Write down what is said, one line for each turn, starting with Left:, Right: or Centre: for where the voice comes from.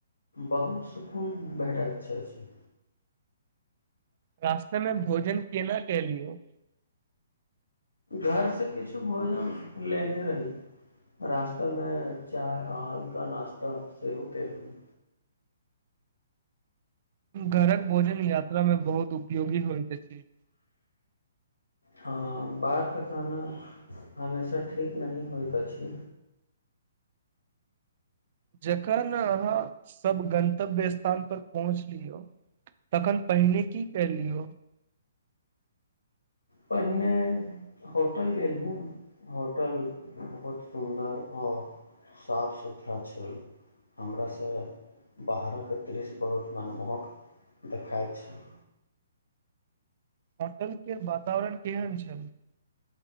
Left: बहुत सुकून भेटय इच्छा छै
Right: रास्तेमें भोजन केना कलियौ
Left: घरसँ किछु भोजन लेने रही रास्तामे चाय आलका नाश्ता सेहो केलहुँ
Right: घरक भोजन यात्रामे बहुत उपयोगी होइत छै
Left: हँ बाहरके खाना हमेशा ठीक नहिही होइत अछि
Right: जखन अहाँ सभ गन्तव्य स्थान परर पहुँच लियौ तखन पहिने की कर लियौ
Left: पहिने होटल गेलहुँ होटल बहुत सुन्दर आओर साफ सुथरा छल हमरासँ बाहरक दृश्य बहुत मनमोहक देखाइत छल
Right: हतलक वातावरण केहन छल